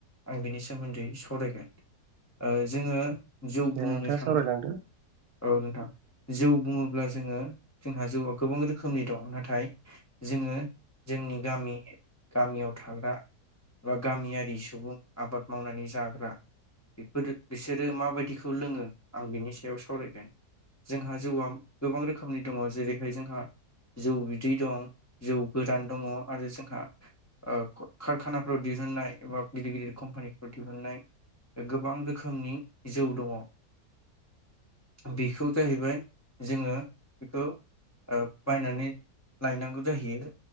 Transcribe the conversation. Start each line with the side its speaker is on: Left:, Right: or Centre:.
Left: आं बिनि सोमोन्दै सावरायगोन। ओ जोङो जौ
Right: दे
Left: बुंनो
Right: नोंथाङा
Left: थाङो
Right: सावरायलांदो
Left: औ नोंथां जौ बुङो ब्ला जोङो जोंहा जौआ गोबां रोखोमनि दं नाथाय जोङो जोंनि गामि गामियाव थाग्रा बा गामियारि सुबुं आबाद मावनानै जाग्रा। बेफोरो बिसोरो माबायदिखौ लोङो आं बिनि सायाव सावरायगोन। जोंहा जौआ गोबां रोखोमनि दङ जेरैहाय जोंहा जौ बि दै दं जौ गोरान दङ आरो जोंहा ओ कारखानाफ्राव दिहुननाय एबा गिदिर गिदिर कम्पानिफ्राव दिहुननाय गोबां रोखोमनि जौ दङ बेफोर जाहैबाय जोङो बेखौ ओ बायनानै लायनांगौ जाहैयो।